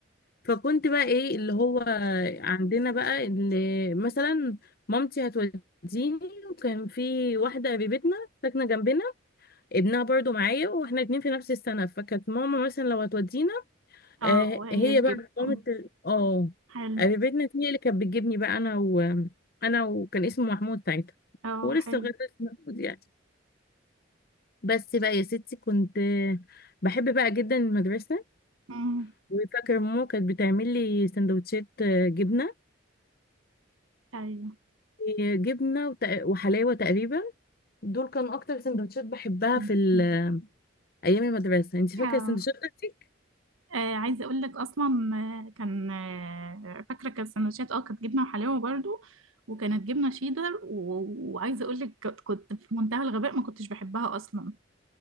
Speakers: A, on the left; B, on the right.
A: فكنت بقى ايه اللي هو عندنا بقى اللي مثلا مامتي هتوديني وكان في واحده قريبتنا ساكنه جنبنا ابنها برضه معايا واحنا اتنين في نفس السنه فكانت ماما مثلا لو هتودينا آه
B: اه وهي
A: هي
B: تجيبكم
A: بقى مامة ال- اه
B: حلو
A: قريبتنا دي هي اللي كانت بتجيبني بقى انا و انا وكان اسمه محمود ساعتها
B: اه
A: هو لسه
B: حلو
A: لغايه دلوقتي اسمه محمود يعني بس بقى يا ستي كنت بحب بقى جدا المدرسه
B: امم
A: وفاكره ماما كانت بتعمل لي سندوتشات آه، جبنه
B: أيوه
A: آه، جبنه وت- وحلاوه تقريبا دول كانوا اكتر سندوتشات بحبها
B: <laughs>
A: في ال- ايام المدرسه انت فاكره
B: اه
A: السندوتشات بتاعتك
B: آه عايزه اقول لك اصلا آه، كان آه فاكره كان سندوتشات اه كانت جبنه وحلاوه برضو وكانت جبنه شيدر و... وعايزه اقول لك كنت كنت في منتهى الغباء ما كنتش بحبها اصلا